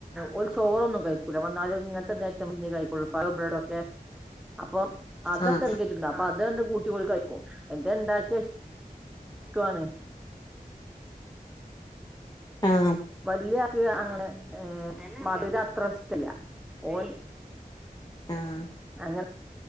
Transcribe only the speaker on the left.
ആഹ്
ആം
ആഹ്